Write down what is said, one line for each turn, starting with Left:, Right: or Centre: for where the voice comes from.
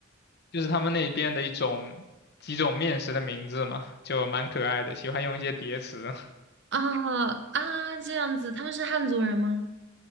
Left: 就是他们那边的一种几种面食的名字嘛，就蛮可爱的，喜欢用一些叠词。
Right: 啊啊，这样子，他们是汉族人吗？